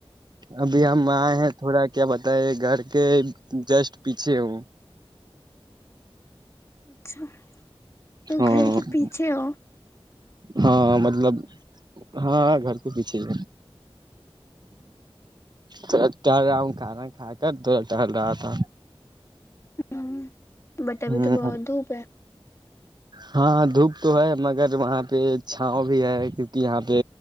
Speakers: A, on the right; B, on the left.
A: ابھی ہم آئے ہیں تھوڑا کیا بتا ب گھر کے جسٹ پیچھے ہوں
B: اچھا تو
A: ہاں
B: گھر کے پیچھے ہوں
A: ہاں مطلب ہاں گھر کے پیچھے ہے تھوڑا ٹہل رہا ہوں۔ کھانا کھا کر تھوڑا ٹہل رہا تھا۔
B: ہممم بٹ
A: ہ
B: بھی تو بہت دھوپ ہے۔
A: ہاں دھوپ تو ہے مگر وہاں پہ چھاؤں بھی ہے کیونکہ یہاں پہ۔۔۔۔